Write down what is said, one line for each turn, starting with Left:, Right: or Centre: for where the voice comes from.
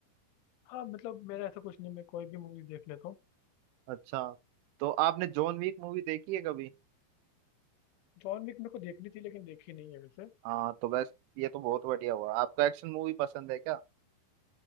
Left: हाँ मतलब मेरा ऐसा कुछ नहीं मैं कोई भी मूवी देख लेता हूँ
Right: अच्छा तो आपने जॉन वीक मूवी देखी है कभी
Left: जॉन विक मेरे को देखनी थी लेकिन देखी नहीं है वैसे
Right: हाँ तो बस ये तो बहुत बढ़िया हुआ आपको एक्शन मूवी पसंद है क्या